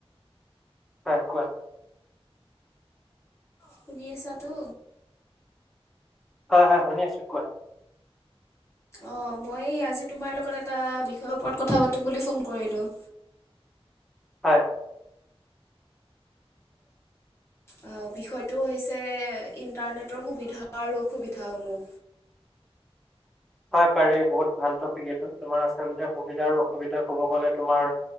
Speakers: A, in the centre; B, on the left.
A: হয় কোৱা?
B: শুনি আছা তো?
A: হয় হয় শুনি আছো। কোৱা?
B: অ মই আজি তোমাৰ লগত এটা বিষয়ৰ ওপৰত কথা পাতো বুলি ফোন কৰিলো?
A: হয়। <inaudible>
B: অ বিষয়টো হৈছে ইণ্টাৰনেটৰ সুবিধা আৰু অসুবিধাসমূহ?
A: <inaudible> হয় পাৰি বহুত ভাল টপিক এইটো। তোমাৰ আচলতে সুবিধা আৰু অসুবিধা কব গ'লে তোমাৰ